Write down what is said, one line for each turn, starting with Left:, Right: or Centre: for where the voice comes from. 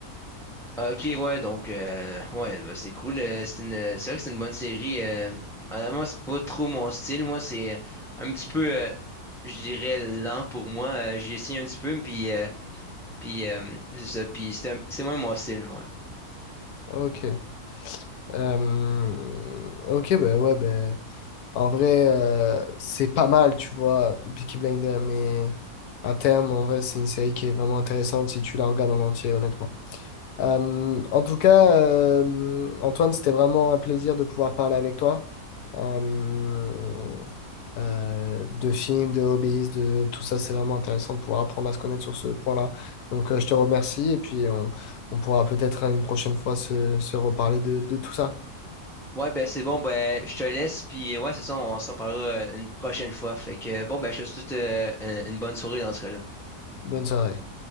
Centre: Ah, Ok, ouais, donc, euh, ouais, bah, c'est cool. euh, c'est une, euh, c'est vrai que c'est une bonne série. euh, honnêtement, c'est pas trop mon style. Moi, c'est euh, un petit peu, euh, je dirais, lent pour moi. euh, j'ai essayé un petit peu, puis, euh, puis euh, c'est ça. Puis c'est un- c'est moins mon style, ouais.
Left: Ok. Euh, ok, ben ouais, ben En vrai, euh, c'est pas mal, tu vois, Peaky Blinders, mais à terme, en vrai, c'est une série qui est vraiment intéressante si tu la regardes en entier, honnêtement. Euh, en tout cas, euh, Antoine, c'était vraiment un plaisir de pouvoir parler avec toi. Euh, euh, de films, de hobbies, de tout ça, c'est vraiment intéressant de pouvoir apprendre à se connaître sur ce point-là. Donc, euh, je te remercie et puis on, on pourra peut-être une prochaine fois se, se reparler de de tout ça.
Centre: Ouais, ben c'est bon, ben je te laisse, puis ouais, c'est ça, on se reparlera euh, une prochaine fois. Fait que bon, ben je te souhaite euh, une une bonne soirée dans ce cas-là.
Left: Bonne soirée.